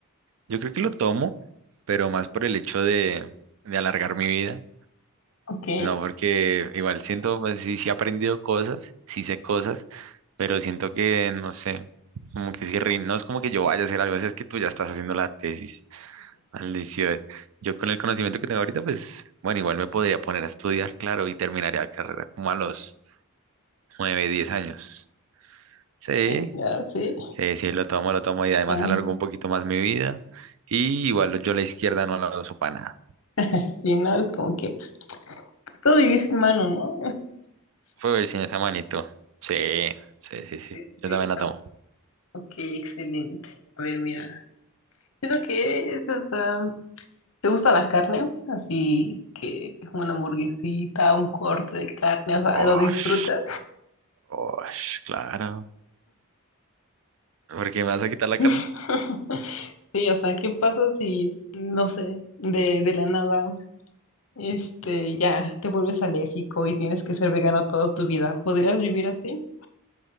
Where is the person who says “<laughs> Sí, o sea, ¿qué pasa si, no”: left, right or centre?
Left